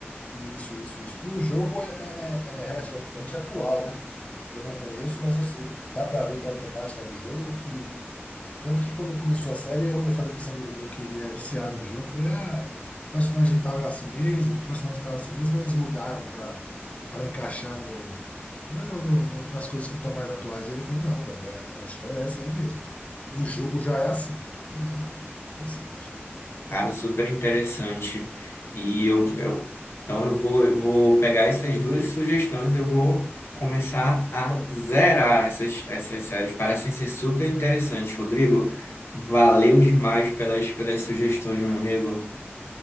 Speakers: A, on the left (about 30°); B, on the left (about 70°).
A: Isso, isso, isso. E o jogo é, é- é relativamente atual, né? Eu não conheço, mas eu sei. Dá para ver pela temática do jogo que Tanto que quando começou a série, eu, eu falei com esse amigo meu que ele é viciado no jogo. Eu falei, ah, o personagem tal é assim mesmo, o personagem tal é assim mesmo. ou Eles mudaram para para encaixar no, né, no, no- no- nas coisas que estão mais atuais. E ele falou, não, velho, é- a história é essa aí mesmo. No jogo já é assim. Ah, interessante.
B: Cara, super interessante. E eu, eu- então eu vou, eu vou pegar essas duas sugestões, eu vou começar a zerar essas, essas séries. Parecem ser super interessantes. Rodrigo, valeu demais pelas, pelas sugestões, meu amigo.